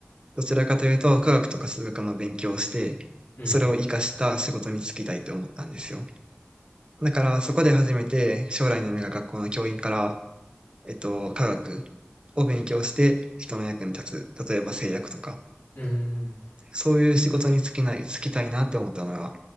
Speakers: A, on the right (about 25°); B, on the left (about 75°).
A: どちらかというと科学とか数学の勉強をして、
B: うん、
A: それを活かした仕事に就きたいと思ったんですよ。だからそこで初めて将来の夢が学校の教員から、えっと、科学を勉強して人の役に立つ。例えば製薬とか、
B: うん。
A: そういう仕事に就きない、就きたいなって思ったのが、